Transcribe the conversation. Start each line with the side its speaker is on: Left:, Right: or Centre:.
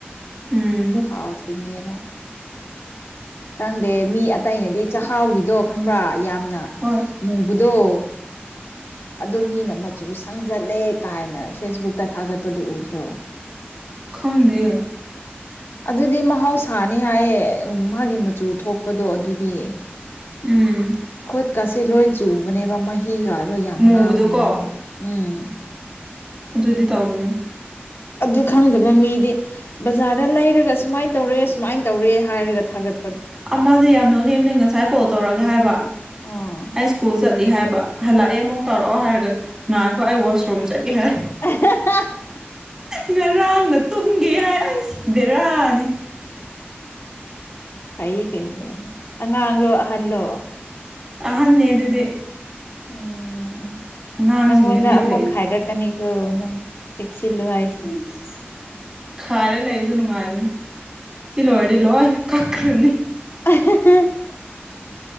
Right: ꯎꯝ
Left: ꯑꯗꯨ ꯍꯥꯎꯗ꯭ꯔꯤꯅꯦꯕ ꯈꯪꯗꯦ ꯃꯤ ꯑꯇꯩꯅꯗꯤ ꯆꯍꯥꯎꯒꯤꯗꯣ ꯈꯪꯕ꯭ꯔꯥ ꯌꯥꯝꯅ
Right: ꯍꯣꯏ
Left: ꯃꯨꯕꯗꯣ ꯑꯗꯨ ꯃꯤꯅ ꯃꯆꯨ ꯁꯪꯖꯜꯂꯦ ꯀꯥꯏꯅ ꯐꯦꯁꯕꯨꯛꯇ ꯊꯥꯒꯠꯄꯗꯨ ꯎꯗ꯭ꯔꯣ
Right: ꯈꯪꯗꯦ
Left: <inaudible> ꯑꯗꯨꯗꯤ ꯃꯍꯧꯁꯥꯅꯤ ꯍꯥꯏꯌꯦ ꯃꯥꯒꯤ ꯃꯆꯨ ꯊꯣꯛꯄꯗꯣ ꯑꯗꯨꯗꯤ
Right: ꯎꯝ
Left: ꯈꯨꯠꯀꯁꯦ ꯂꯣꯏ ꯆꯨꯕꯅꯦꯕ ꯃꯍꯤꯒꯗꯣ ꯌꯥꯝ
Right: ꯃꯨꯕꯗꯣꯀꯣ
Left: ꯉꯥꯡꯕꯅꯦꯕ ꯎꯝ
Right: ꯑꯗꯨꯗꯤ ꯇꯧꯕꯅꯦ
Left: ꯑꯗꯨ ꯈꯪꯗꯕ ꯃꯤꯗꯤ ꯕꯖꯥꯔꯗ ꯂꯩꯔꯒ ꯁꯨꯃꯥꯏꯅ ꯇꯧꯔꯦ ꯁꯨꯃꯥꯏꯅ ꯇꯧꯔꯦ ꯍꯥꯏꯔꯒ ꯊꯥꯒꯠ
Right: ꯑꯃꯗꫭ ꯌꯥꯝ ꯅꯣꯛꯅꯤꯡꯕꯅꯦ ꯉꯁꯥꯏ ꯀꯣꯜ ꯇꯧꯔꯛꯒꯦ ꯍꯥꯏꯕ
Left: ꯑꯥ
Right: ꯑꯩ ꯏꯁ꯭ꯀꯨꯜ ꯆꯠꯂꯤ ꯍꯥꯏꯕ ꯍꯜꯂꯛꯑꯦ ꯑꯃꯨꯛ ꯇꯧꯔꯛꯑꯣ ꯍꯥꯏꯔꯒ ꯉꯥꯏꯈꯣ ꯑꯩ ꯋꯥꯁꯔꯨꯝ ꯆꯪꯒꯦ ꯍꯥꯏ
Left: <unintelligible>
Right: ꯉꯔꯥꯡꯅ ꯇꯨꯝꯒꯦ ꯍꯥꯏ ꯑꯩꯁ ꯕꯦꯔꯥꯅꯤ
Left: ꯐꯩ ꯀꯩꯅꯣ ꯑꯉꯥꯡꯂꯣ ꯑꯍꯜꯂꯣ
Right: ꯑꯍꯟꯅꯦ ꯑꯗꯨꯗꯤ
Left: ꯎꯝ
Right: ꯑꯉꯥꯡꯁꯤꯡꯗꯤ
Left: ꯅꯪꯉꯣꯟꯗ
Right: ꯕꯤꯠ
Left: ꯑꯃꯨꯛ
Right: ꯂꯩꯇꯦ
Left: ꯈꯥꯏꯔꯛꯀꯅꯤꯒꯣ ꯅꯪ ꯆꯦꯛꯁꯤꯜꯂꯨ ꯍꯥꯏꯁꯤ
Right: ꯏꯁ ꯈꯥꯏꯔ ꯂꯩꯕꯗꯨ ꯅꯨꯡꯉꯥꯏꯕꯅꯤ ꯁꯤ ꯂꯣꯏꯔꯗꯤ ꯂꯣꯏ ꯀꯛꯈ꯭ꯔꯅꯤ
Left: <unintelligible>